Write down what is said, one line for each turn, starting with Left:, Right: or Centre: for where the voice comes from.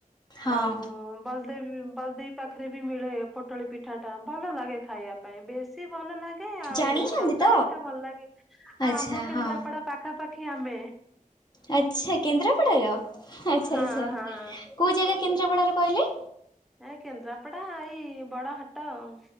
Left: ହଁ
Centre: ଆଉ ବଲଦେଵ୍ ବଲଦେଇ ପାଖରେ ବି ମିଳେ ପୋଟଳି ପିଠାଟା ଭଲ ଲାଗେ ଖାଇବା ପାଇଁ ବେଶ ସି ଭଲ ଲାଗେ ଆଉ
Left: ଜାଣିଛନ୍ତି
Centre: ରସାବଳିଟା
Left: ତ?
Centre: ଭଲ ଲାଗେ
Left: ଆଚ୍ଛା
Centre: ଆଉ ଆମ କେନ୍ଦ୍ରାପଡ଼ା
Left: ହଁ
Centre: ପା ଖାପାଖି ଆମେ।
Left: ଆଚ୍ଛା କେନ୍ଦ୍ରାପଡ଼ାର ଆଚ୍ଛା
Centre: ହଁ
Left: ଆଚ୍ଛା
Centre: ହଁ
Left: କୋଉ ଜାଗା କେନ୍ଦ୍ରାପଡ଼ାର କହିଲେ?
Centre: ଏ କେନ୍ଦ୍ରାପଡ଼ା ଏଇ ବଡ ହାଟ ଆଉ